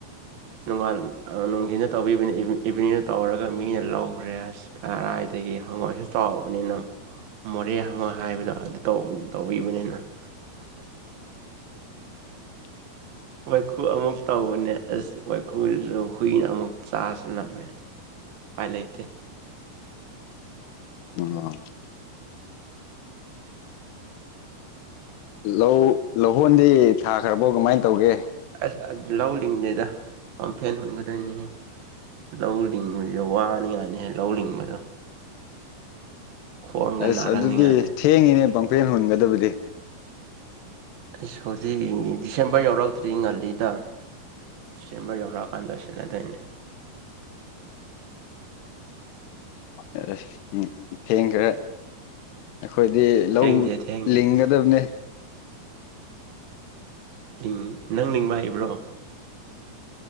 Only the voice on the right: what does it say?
ꯅꯣꯡꯉꯥꯜ ꯑꯥ ꯅꯨꯡꯊꯤꯟꯗ ꯇꯧꯕꯤꯕꯅꯤ ꯏꯚꯤ ꯏꯚꯤꯅꯤꯡꯗ ꯇꯧꯔꯒ ꯃꯤꯅ ꯂꯧꯈ꯭ꯔꯦ ꯑꯁ ꯀꯔꯥꯏꯗꯒꯤ ꯍꯪꯉꯣꯏꯁꯨ ꯆꯥꯎꯕꯅꯤꯅꯝ ꯃꯣꯔꯦ ꯍꯪꯉꯣꯏ ꯍꯥꯏꯕꯗꯣ ꯑꯗꯨ ꯇꯧꯕ ꯇꯧꯕꯤꯕꯅꯤꯅ <inaudible>
ꯋꯥꯏꯈꯨ ꯑꯃꯨꯛ ꯇꯧꯕꯅꯦ ꯑꯁ ꯋꯥꯏꯈꯨꯗꯨꯁꯨ ꯍꯨꯏꯅ ꯑꯃꯨꯛ ꯆꯥꯁꯜꯂꯝꯃꯦ ꯎꯄꯥꯏ ꯂꯩꯇꯦ
ꯑꯁ ꯑ ꯂꯧ ꯂꯤꯡꯗꯦꯗ ꯄꯥꯝꯐꯦꯟ ꯍꯨꯟꯒꯗꯣꯏꯅꯤꯍꯦ ꯂꯧ ꯂꯤꯡꯕꯁꯤꯗ ꯋꯥꯅꯤꯉꯥꯏꯅꯤꯍꯦ ꯂꯧ ꯂꯤꯡꯕꯗꯣ ꯈꯣꯡꯒ
ꯅꯥꯔꯛꯅꯤꯉꯥꯏꯅꯦ
ꯑꯁ ꯍꯧꯖꯤꯛ ꯗꯤꯁꯦꯝꯕꯔ ꯌꯧꯔꯛꯇ꯭ꯔꯤ ꯉꯜꯂꯤꯗ ꯗꯤꯁꯦꯝꯕꯔ ꯌꯧꯔꯛꯑꯀꯥꯟ ꯂꯣꯏꯁꯟꯅꯗꯣꯏꯅꯦ
ꯊꯦꯡꯗꯦ ꯊꯦꯡꯗꯦ
ꯍꯤꯡ ꯅꯪ ꯂꯤꯡꯕ ꯍꯩꯕ꯭ꯔꯣ